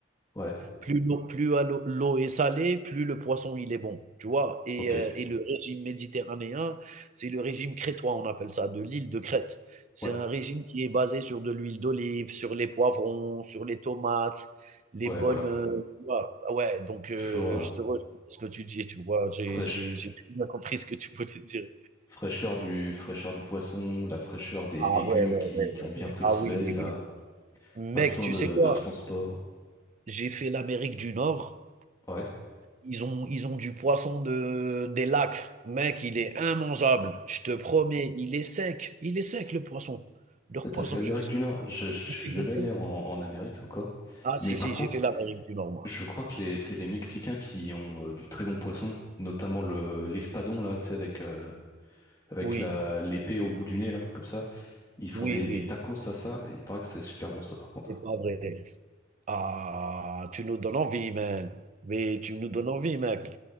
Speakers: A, on the left (about 20°); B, on the right (about 40°).
A: ouais,
B: Plus l'eau plus à l'eau l'eau est salée, plus le poisson il est bon, tu vois? Et
A: ok,
B: heu et le régime méditerranéen, c'est le régime crétois, on appelle ça, de l'île de Crète. C'est
A: ouais,
B: un régime qui est basé sur de l'huile d'olive, sur les poivrons, sur les tomates, les
A: ouais,
B: bonnes,
A: voilà.
B: heu, tu vois? Ouais, donc
A: C'est
B: heu,
A: toujours, euh,
B: je te rejoins dans ce que tu dis, tu vois? J'ai
A: fraîche.
B: j'ai j'ai très bien compris ce que tu voulais dire.
A: fraîcheur du, fraîcheur du poisson, la fraîcheur des
B: Ah
A: légumes
B: ouais, ouais,
A: qui,
B: ouais, ouais.
A: qui ont bien pris
B: Ah
A: le soleil,
B: oui, oui,
A: là.
B: oui. Mec,
A: Pas besoin
B: tu
A: de,
B: sais quoi?
A: de transport.
B: J'ai fait l'Amérique du Nord
A: Ouais.
B: Ils ont, ils ont du poisson de, des lacs. Mec, il est immangeable. Je te promets, il est sec. Il est sec, le poisson. Leur
A: Toi, T'as
B: poisson,
A: fait l'Amérique
B: je
A: du Nord. Je, je suis
B: on fait goûter.
A: jamais allé en, en Amérique encore.
B: Ah,
A: Mais
B: si,
A: par
B: si,
A: contre,
B: j'ai fait l'Amérique du Nord, moi.
A: je crois que les, c'est les Mexicains qui ont euh, du très bon poisson, notamment le, l'espadon, là, tu sais, avec, euh, avec
B: Oui,
A: la, l'épée au bout du nez, là, comme ça. Ils font
B: oui,
A: des,
B: oui.
A: des tacos à ça. Il paraît que c'est super bon, ça, par contre.
B: C'est pas vrai. Ah, tu nous donnes envie, man. Mais tu nous donnes envie, mec.